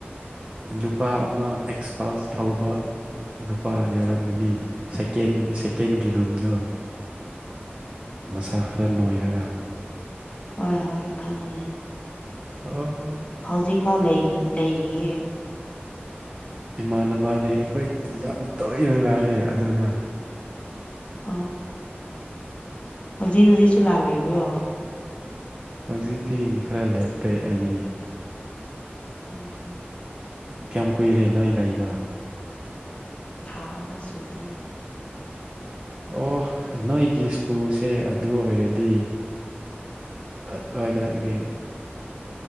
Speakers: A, on the right (about 30°); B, on the left (about 30°).
A: ꯅꯨꯄꯥ ꯑꯃ ꯑꯦꯛꯁꯄꯥꯜꯁ ꯊꯧꯕ ꯅꯨꯄꯥ ꯌꯥꯎꯔꯝꯒꯅꯤ ꯁꯀꯦꯟ ꯁꯦꯀꯦꯟꯒꯤ ꯔꯨꯝꯗꯣ ꯃꯁꯥ ꯈꯔ ꯅꯣꯏꯔꯒ
B: ꯍꯣꯏ ꯍꯣꯏ ꯈꯪꯉꯦ
A: ꯑꯣ
B: ꯍꯧꯖꯤꯛꯐꯥꯎ ꯂꯩꯔꯤꯌꯦ
A: ꯏꯃꯥꯟꯅꯕꯅꯦ ꯑꯩꯈꯣꯏꯗ ꯌꯥꯝ ꯇꯣꯏꯅ ꯂꯥꯛꯑꯦ ꯑꯗꯨꯅ
B: ꯑ ꯍꯧꯖꯤꯛ ꯍꯧꯖꯤꯛꯁꯨ ꯂꯥꯛꯔꯤꯕ꯭ꯔꯣ
A: ꯍꯧꯖꯤꯛꯇꯤ ꯈꯔ ꯂꯦꯞꯇꯦ ꯑꯩꯗꯤ
B: ꯑꯣ ꯑꯣ
A: ꯀꯌꯥꯝ ꯀꯨꯏꯔꯦ ꯅꯣꯏ ꯂꯩꯕ
B: ꯊꯥ ꯑꯃ ꯁꯨꯗ꯭ꯔꯤ
A: ꯑꯣ ꯅꯣꯏꯒꯤ ꯁ꯭ꯀꯨꯜꯁꯦ ꯑꯗꯨ ꯑꯣꯏꯔꯗꯤ ꯑꯗꯨꯋꯥꯏꯗꯒꯤ